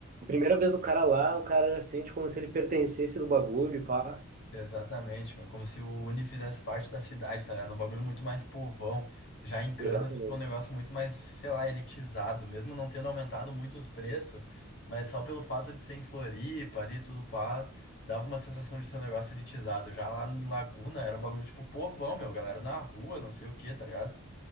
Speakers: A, on the right; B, on the left.
A: primeira vez do cara lá, o cara já sente como se ele pertencesse do bagulho e pá.
B: Exatamente, meu. Como se o Uni fizesse parte da cidade, tá ligado? Um bagulho muito mais povão. Já em Canas
A: Exatamente.
B: ficou um negócio muito mais, sei lá, elitizado, mesmo não tendo aumentado muito os preços, mas só pelo fato de ser em Floripa ali, tudo pá, dava uma sensação de ser um negócio elitizado. Já lá em Laguna era um bagulho tipo povão, meu, galera na rua, não sei o que, tá ligado?